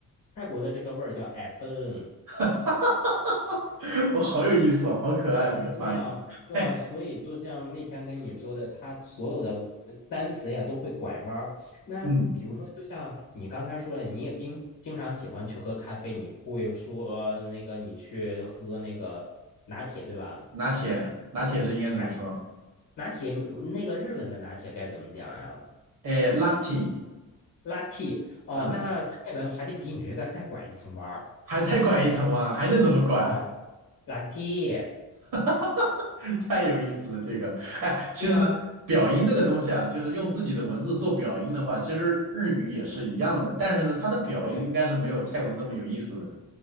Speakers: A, on the left (about 60°); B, on the right (about 70°).
A: 泰国的这个味儿叫 a b o n
B: <laughs> 我好有意思哦，好可爱啊这个发音。
A: 对啊，对啊。
B: 哎，
A: 所以就像那天跟你说的，它所有的单词呀都会拐弯儿。那比如说，
B: 嗯，
A: 就像你刚才说了，你也经经常喜欢去喝咖啡，你会说那个你去喝那个拿铁，对吧？
B: 拿铁，拿铁是应该怎么说？
A: 拿拿铁，那个日文的拿铁该怎么讲呀？
B: 哎，Lucky，
A: 拉 a t 哦，
B: 嗯，
A: 那泰文还得比你这个再拐一层弯儿
B: 还再拐一层吗？还能怎么拐？
A: 哦拉 a t
B: <laughs> 太有意思了，这个。哎，其实表音这个东西啊，
A: 对啊，
B: 就是用自己的文字做表音的话，其实日语也是一样的，但是呢，它的表音应该是没有泰文这么有意思的。
A: 对